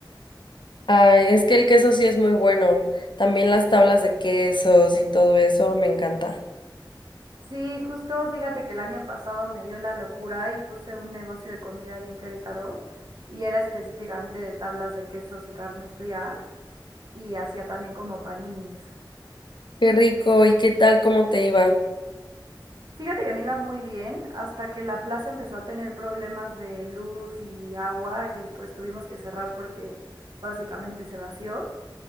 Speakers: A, on the left (about 70°); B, on the right (about 55°).
A: Ay, es que el queso sí es muy bueno. También las tablas de quesos y todo eso me encanta.
B: Sí, justo fíjate que el año pasado me dio la locura y puse un negocio de comida ahí en Querétaro y era específicamente de tablas de quesos y carnes frías y hacía también como paninis.
A: Qué rico, ¿y qué tal? ¿Cómo te iba?
B: Fíjate que me iba muy bien hasta que la plaza empezó a tener problemas de luz y agua y pues tuvimos que cerrar porque básicamente se vació.